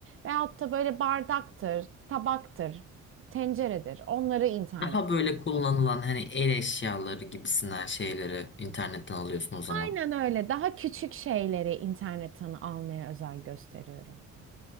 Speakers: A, on the right; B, on the left.
A: Veyahut da böyle bardaktır, tabaktır, tenceredir. Onları internet.
B: Daha böyle kullanılan hani el eşyaları gibisinden şeyleri internetten alıyorsun o zaman.
A: Aynen öyle. Daha küçük şeyleri internetten almaya özen gösteriyorum.